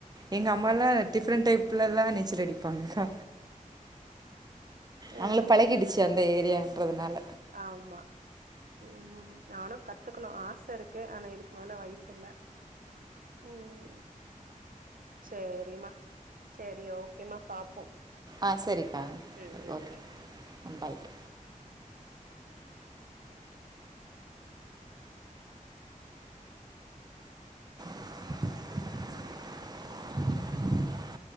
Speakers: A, on the right (about 30°); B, on the right (about 80°).
A: எங்க அம்மாலா டிஃப்ரெண்ட் டைப்ல எல்லா நீச்சல் அடிப்பாங்கா அவுங்களுக்கு
B: ஆ
A: பழகிடுச்சு அந்த ஏரியான்றதுனால
B: ஆம்மா ம் நானும் கத்துக்னு ஆச இருக்கு ஆனா இதுக்கு மேல வயசு இல்ல ம் சேரிம்மா சேரி ஓகேம்மா பாப்போ
A: ஆ சரிக்கா
B: ம் ம் ம்
A: ஓகே
B: பை
A: அம்பாய்க்க <inaudible>